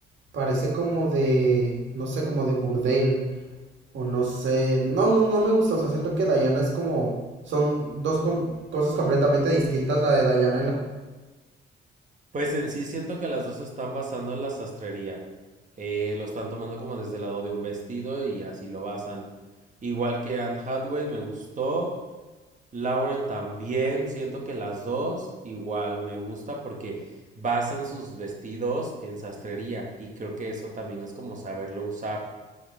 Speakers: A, on the right; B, on the right.
A: Parece como de, no sé, como de burdel, o no sé, no, no, no me gusta, o sea, siento que Diana es como, son dos com- cosas completamente distintas, la de Diana y la
B: Pues en sí siento que las dos están basando en la sastrería. Eh, lo están tomando como desde el lado de un vestido y así lo basan. Igual que Anne Hathaway me gustó, Lauren también, siento que las dos igual me gusta porque basan sus vestidos en sastrería y creo que eso también es como saberlo usar.